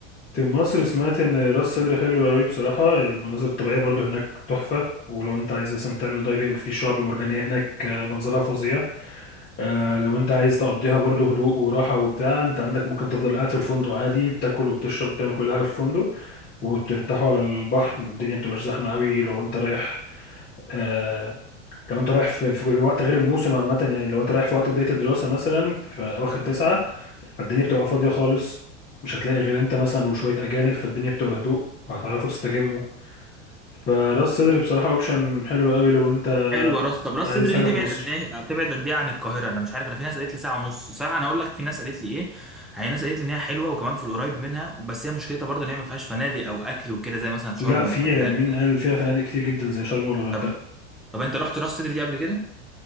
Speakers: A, on the left (about 25°); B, in the centre.
A: في مصر سمعت ان راس سدر حلو قوي بصراحه المناظر الطبيعيه برضو هناك تحفه ولو انت عايز مثلا تعمل دايفنج في الشعاب المرجانيه هناك آه، منظرها فظيع آه، لو انت عايز تقضيها برضو هدوء وراحة وبتاع انت عندك ممكن تفضل قاعد في الفندق عادي بتاكل وبتشرب وبتعمل كل حاجة في الفندق وبترتاحوا على البحر الدنيا بتبقاش زحمة قوي لو انت رايح آه لو انت رايح في, في وقت غير الموسم عامة يعني لو انت رايح في وقت بداية الدراسة مثلا في أواخر تسعة فالدنيا بتبقى فاضية خالص مش هتلاقي غير انت مثلا وشوية أجانب فالدنيا بتبقى هدوء فهتعرفوا تستجموا فراس صدر بصراحة اوبشن حلو قوي لو انت
B: حلوه راس طب راس
A: عايز
B: صدر
A: حاجة
B: دي تبعد
A: في مصر
B: قد ايه تبعد قد ايه عن القاهره انا مش عارف انا في ناس قالت لي ساعه ونص صراحه انا اقول لك في ناس قالت لي ايه هي ناس قالت لي ان هي حلوه وكمان في القريب منها بس هي مشكلتها برضه ان هي ما فيهاش فنادق او اكل وكده زي مثلا شرم
A: لا في
B: والغردقه
A: مين قال فيها فنادق كتير جدا زي شرم والغردقة
B: طب طب انت رحت راس صدر دي قبل كده